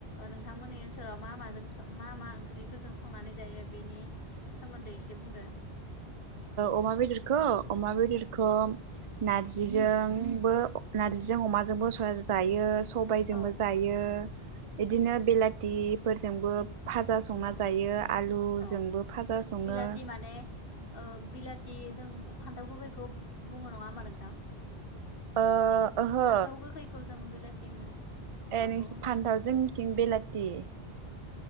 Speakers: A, on the left; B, on the right.
A: नोंथांमोननि ओनसोलाव मा माजों मा मा ओंख्रिफोरजों संनानै जायो बेनि सोमोन्दै एसे बुंदो
B: अमा बेदरखौ अमा बेदरखौ नारजिजोंबो नारजिजों अमाजोंबो सया जायो सबाइजोंबो
A: बुंदो औ
B: जायो बिदिनो बेलाथ थिफोरजोंबोब फाजा संना
A: औ
B: जायो आलुजोंबो
A: औ औ
B: फाजा सङो
A: बिलाथि माने ओ बिलाथि जों फान्थाव गोगैखौ बुङो नङा होमबा नोंथां
B: ओ ओहो
A: फान्थाव गोखैखौ जों बिलाथि होनो
B: ए
A: माखौ
B: नोंसि
A: होनोमोन
B: फानथाव जोंनिथिं बेलाथि